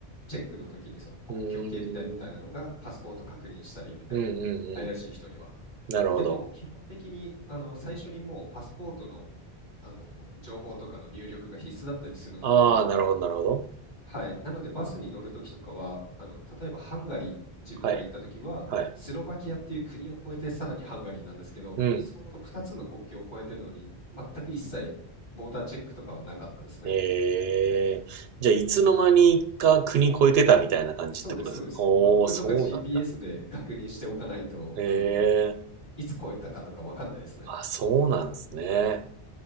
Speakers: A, on the left; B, on the right.
A: チェックの時にその国境警備隊みたいなのがパスポート確認したりみたいな、
B: うーん。うんうんうん。
A: 怪しい人には。
B: なるほど。
A: でも基本的にあの最初にもうパスポートの、あの情報とかの入力が必須だったりするので、
B: ああ、なるほどなるほど。
A: はい。なのでバスに乗るときとかは、あの、例えばハンガリー、自分が行ったときは、
B: はい。はい。
A: スロバキアっていう国を越えてさらにハンガリーなんですけど、
B: うん。
A: そこの2つの国境を越えてるのに、全く一切ボーダーチェックとかはなかったですね。
B: ええじゃあいつの間にか国越えてたみたいな感じってことですかおー、
A: そうです、そうです。マップとか
B: そうなんだ。
A: GPS で確認しておかないと、
B: ええ
A: あの、いつ越えたかとかわかんないですね。
B: あ、そうなんですね。